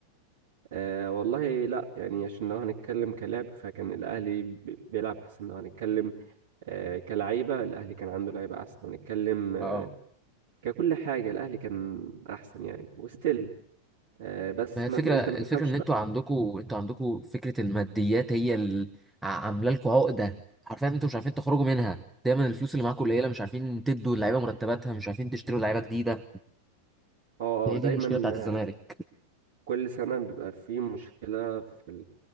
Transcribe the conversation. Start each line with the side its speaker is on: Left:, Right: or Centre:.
Right: آه والله لا يعني عشان لو هنتكلم كلاعب فكان الاهلي بي- بيلعب احسن لو هنتكلم آه كلعيبة الاهلي كان عنده لعيبة احسن هنتكلم آه
Centre: اه
Right: ككل حاجة الاهلي كان احسن يعني وستيل آه بس
Centre: ما هي الفكرة
Right: ما انت
Centre: الفكرة
Right: ما تفهمش
Centre: ان
Right: بقى
Centre: انتوا عندكوا انتوا عندكوا فكرة الماديات هي اللي عاملة لكم عقدة حرفيا انتوا مش عارفين تخرجوا منها دايما الفلوس اللي معاكوا قليلة مش عارفين تدوا اللعيبة مرتباتها مش عارفين تشتروا لعيبة جديدة
Right: اه
Centre: هي
Right: اه دايما
Centre: دي المشكلة بتاعت الزمالك
Right: آه، كل سنة بيبقى في مشكلة في